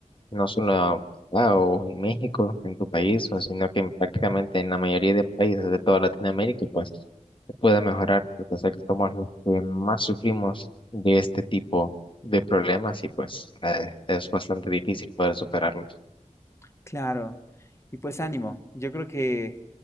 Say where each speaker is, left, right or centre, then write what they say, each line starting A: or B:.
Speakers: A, on the left; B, on the left.
A: no solo ah, o en México, en tu país, o sino que en prácticamente en la mayoría de países de toda Latinoamérica, pues se pueda mejorar, porque sé que somos los que más sufrimos de este tipo de problemas y pues eh, es bastante difícil poder superarlos.
B: Claro, y pues ánimo, yo creo que